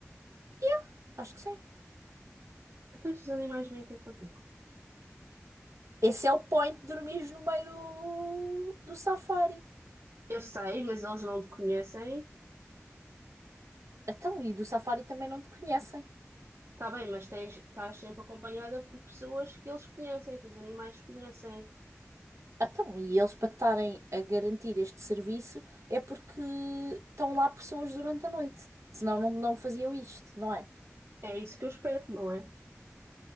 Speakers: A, on the right; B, on the right.
A: Yeah, acho que sim.
B: Então estes animais vêm ter contigo.
A: Esse é o point de dormires no meio do, do safari.
B: Eu sei, mas eles não te conhecem.
A: Então, e do safari também não te conhecem.
B: Está bem, mas tens, estás sempre acompanhada por pessoas que eles conhecem, que os animais conhecem.
A: Então, e eles para estarem a garantir este serviço é porque estão lá pessoas durante a noite. Senão não, não faziam isto, não é?
B: É isso que eu espero, não é?